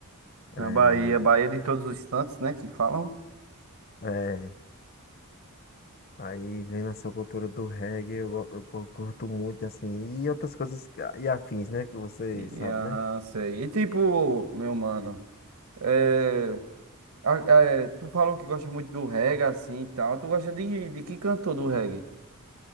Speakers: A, on the left; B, on the right.
A: É,
B: Na Bahia, Bahia de todos os santos, né? Que falam.
A: é. Aí vem nessa cultura do reggae, eu, eu, eu curto muito, assim, e outras coisas que- e afins, né? Que você
B: E,
A: sabe,
B: aham,
A: né?
B: sei. E tipo, meu mano. É, a- é, tu falou que gosta muito do reggae, assim e tal. Tu gosta de, de que cantor do reggae?